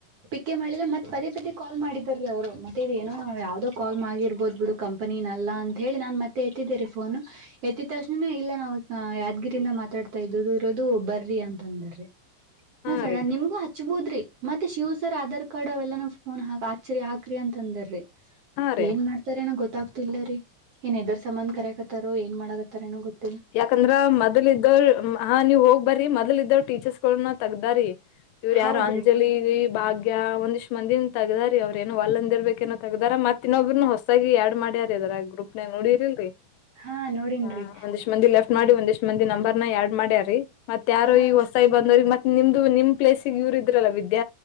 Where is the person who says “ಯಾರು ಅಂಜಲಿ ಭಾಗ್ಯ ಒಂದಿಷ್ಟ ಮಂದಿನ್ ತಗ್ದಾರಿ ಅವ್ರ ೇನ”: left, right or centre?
Left